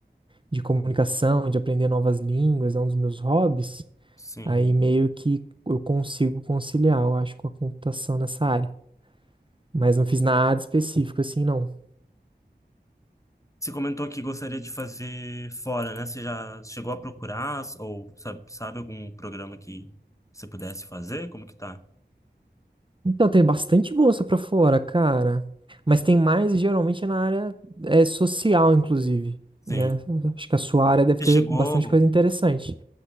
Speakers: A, on the right; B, on the left.
A: de comunicação, de aprender novas línguas, é um dos meus hobbies,
B: Sim.
A: aí meio que eu consigo conciliar, eu acho, com a computação nessa área. Mas não fiz nada específico assim, não.
B: Você comentou que gostaria de fazer fora, né? Você já chegou a procurar ou sabe, sabe algum programa que você pudesse fazer? Como que tá?
A: Então, tem bastante bolsa pra fora, cara. Mas tem mais geralmente na área é, social, inclusive,
B: Sim.
A: né? Acho que a sua área deve
B: Você
A: ter
B: chegou,
A: bastante coisa interessante.